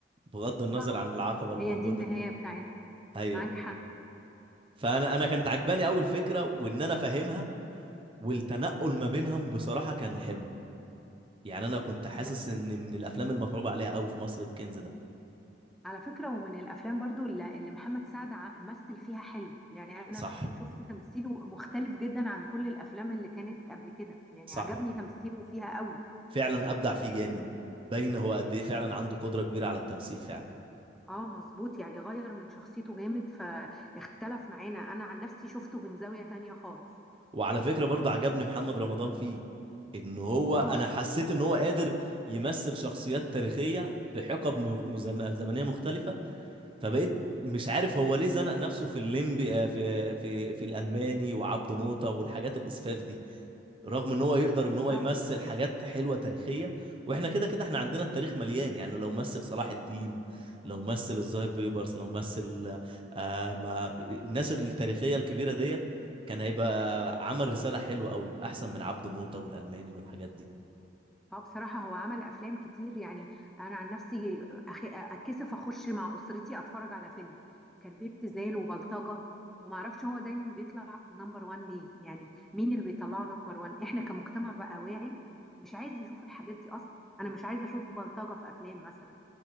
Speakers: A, on the right (about 30°); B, in the centre.
A: بغض النظر
B: صح
A: عن العقبه اللي
B: هي
A: موجوده
B: دي النهاية بتاعتها
A: ايوه
B: معاك حق
A: فانا انا كانت عجباني اول فكره وان انا فاهمها والتنقل ما بينهم بصراحة كان حلو يعني أنا كنت حاسس
B: لا
A: إن من الأفلام المتعوب عليها قوي في مصر الكنز ده
B: على فكرة ومن الأفلام برضو اللي اللي محمد سعد ع- مثل فيها حلو يعني أنا
A: صح
B: شفت تمثيله مختلف جدا عن كل الأفلام اللي كانت قبل كده يعني
A: صح
B: عجبني تمثيله فيها قوي
A: فعلا أبدع فيه جامد باين هو قد إيه فعلا عنده قدرة كبيرة على التمثيل فعلا
B: اه مظبوط يعني غير من شخصيته جامد فاختلف معانا أنا عن نفسي شفته من زاوية تانية خالص
A: وعلى فكرة برضه عجبني محمد رمضان فيه إن هو
B: اه
A: أنا حسيت إن هو قادر يمثل شخصيات تاريخية في حقب م- مزم- زمنية مختلفة فبقيت مش عارف هو ليه زنق نفسه في الليمبي آه، في في في الألماني وعبده موتة والحاجات الإسفاف دي رغم ان هو يقدر ان
B: بالظبط
A: هو يمثل حاجات حلوه تاريخيه واحنا كده كده احنا عندنا التاريخ مليان يعني لو مثل صلاح الدين لو مثل الظاهر بيبرس لو مثل آه ما الناس التاريخيه الكبيره ديت كان هيبقى عمل رساله حلوه قوي يبقى احسن من عبده موته والالماني والحاجات دي
B: اه بصراحة هو عمل أفلام كتير يعني أنا عن نفسي أخ- أتكسف أخش مع أسرتي أتفرج على فيلم كان فيه ابتذال وبلطجة ومعرفش هو دايما بيطلع نمبر وان ليه يعني مين اللي بيطلعه نمبر وان إحنا كمجتمع بقى واعي مش عايز يشوف الحاجات دي أصلا أنا مش عايزة أشوف بلطجة في أفلام مثلا